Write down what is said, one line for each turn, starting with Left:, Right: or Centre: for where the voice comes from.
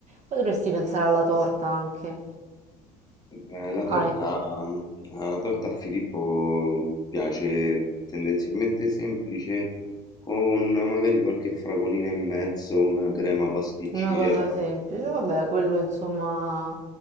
Right: Poi dovresti pensare alla torta anche.
Left: Beh, la
Right: Hai
Left: torta, mm, la torta a Filippo mm, piace tendenzialmente semplice, con magari qualche fragolina in mezzo, una crema pasticcera.
Right: una cosa semplice, vabbè, quello insomma,